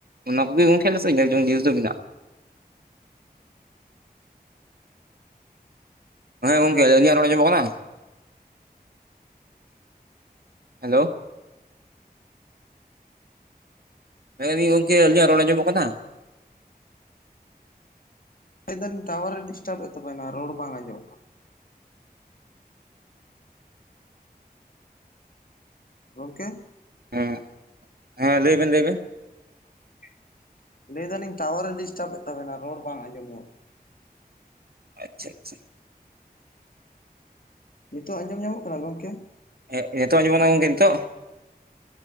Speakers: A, on the right; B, on the left.
A: ᱚᱱᱟ ᱠᱚᱜᱮ ᱜᱚᱢᱠᱮ ᱟᱞᱮᱥᱮᱫ ᱧᱮᱞ ᱡᱚᱝ ᱡᱤᱱᱤᱥ ᱫᱚ ᱢᱮᱱᱟᱜᱼᱟ᱾ ᱢᱟᱱᱮ ᱜᱚᱢᱠᱮ ᱤᱧᱟᱜ ᱨᱚᱲ ᱟᱡᱚᱢᱚᱜ ᱠᱟᱱᱟ ᱦᱮᱞᱳ ᱞᱮᱭᱮᱜᱟᱞᱤᱧ ᱜᱚᱢᱠᱮ ᱟᱹᱞᱤᱧᱟᱜ ᱨᱚᱲ ᱟᱸᱡᱚᱢᱚᱜ ᱠᱟᱱᱟ?
B: ᱞᱮᱭᱫᱟᱞᱤᱧ ᱴᱟᱣᱟᱨᱮ ᱰᱤᱥᱴᱟᱨᱵᱮᱫ ᱛᱟᱱᱤᱱᱟ ᱨᱚᱲ ᱵᱟᱝ ᱟᱡᱚᱢᱚᱜ ᱠᱟᱱᱟ᱾ ᱜᱚᱢᱠᱮ
A: ᱦᱮᱸ ᱦᱮᱸ ᱞᱟᱹᱭᱵᱮᱱ ᱞᱟᱹᱭᱵᱤᱱ᱾
B: <unintelligible> ᱞᱟᱹᱭ ᱫᱟᱞᱤᱧ ᱴᱟᱣᱟᱨᱮ ᱰᱤᱥᱴᱟᱵᱮᱫ ᱛᱟᱵᱮᱱᱟ ᱨᱚᱲ ᱵᱟᱝ ᱟᱸᱡᱚᱢ ᱧᱟᱢᱚᱜ ᱠᱟᱱᱟ
A: ᱟᱪᱪᱷᱟ ᱟᱪᱪᱷᱟ᱾
B: ᱱᱤᱛᱚᱜ ᱟᱸᱡᱚᱢ ᱧᱟᱢᱚᱜ ᱠᱟᱱᱟ ᱜᱚᱝᱠᱮ?
A: ᱦᱮᱸᱜ ᱱᱤᱛᱚᱜ ᱟᱸᱡᱚᱢᱜᱟᱱᱚᱜ-ᱟ ᱜᱚᱝᱠᱮ ᱱᱤᱛᱚᱜ?